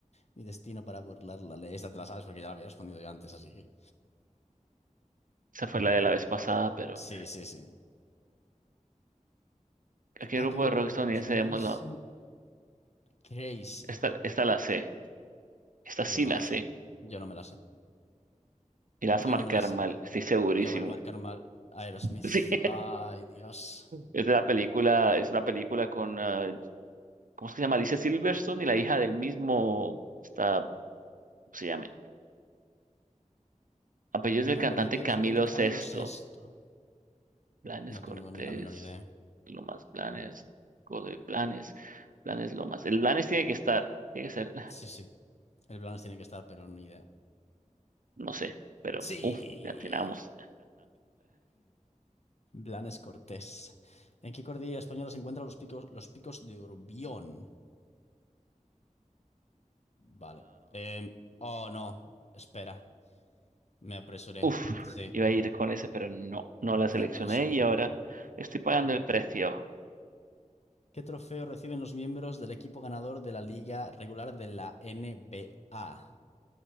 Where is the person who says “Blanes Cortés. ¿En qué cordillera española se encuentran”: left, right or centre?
Left